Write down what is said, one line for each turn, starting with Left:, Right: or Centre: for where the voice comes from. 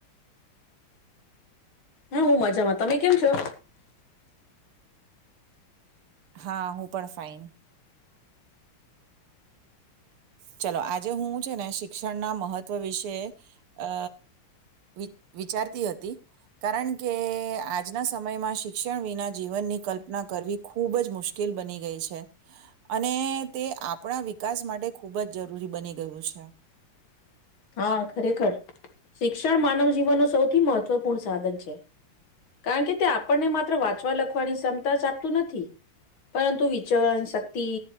Left: હા હું મજામાં, તમે કેમ છો?
Right: હા હું પણ ફાઇન. ચાલો આજે હું છે ને શીખ ક્ષણના મહત્વ વિશે અ વિ વિચારતી હતી કારણ કે આ આજના સમયમાં શિક્ષણ વિના જીવનની કલ્પના કરવી ખૂબ જ મુશ્કેલ બની ગઈ છે અને તે આપ આપણા વિકાસ માટે ખૂબ જ જરૂરી બની ગયું છે.
Left: હા ખરેખર શિક્ષણ માનવ જીવન નો સૌથી મહત્વપૂર્ણ સાધન છે કારણ કે તે આપણને માત્ર વાંચવા લખવાની ક્ષમતા જ આપતું નથી. પરંતુ વિચરણ શક્તિ,